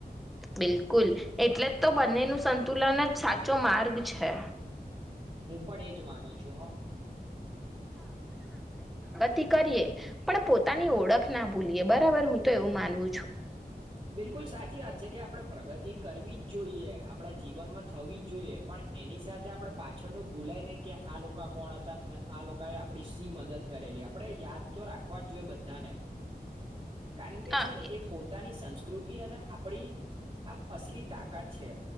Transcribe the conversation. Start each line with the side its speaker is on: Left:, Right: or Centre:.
Centre: બિલકુલ એટલે જ તો બંનેનું સંતુલન જ સાચો માર્ગ છે.
Right: હું પણ એ જ માનું છું હં
Centre: તી કરીએ પણ પોતાની ઓળખ ના ભૂલીએ બરાબર હું તો એવું માનવું છું
Right: બિલકુલ સાચી વાત છે કે આપણે પ્રગતિ કરવી જ જોઈએ આપણા જીવનમાં થવી જ જોઈએ પણ એની સાથે આપણે પાછળનું ભૂલાય ને કે આ લોકો કોણ અતા ને આ લોકાએ આપણી સી મદદ કરેલી આપડે યાદ તો રાખવા જ જોઈએ બધાને કાન કે
Centre: હા
Right: છે ને એ પોતાની સંસ્કૃતિ અને આપડી આમ અસલી તાકાત છે